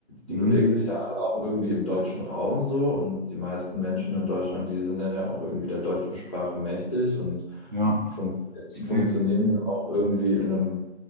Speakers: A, on the right; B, on the left.
A: hm,
B: die bewegen sich ja alle auch irgendwie im deutschen Raum so und die meisten Menschen in Deutschland, die sind dann ja auch irgendwie der deutschen Sprache mächtig und
A: ja.
B: funkt
A: Safe.
B: funktionieren ja auch irgendwie in einem,